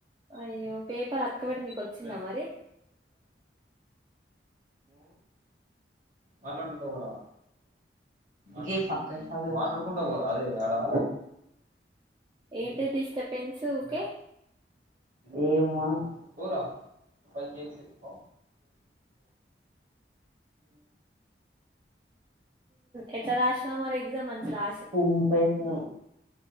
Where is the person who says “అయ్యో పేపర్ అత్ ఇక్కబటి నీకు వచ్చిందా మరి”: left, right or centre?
Right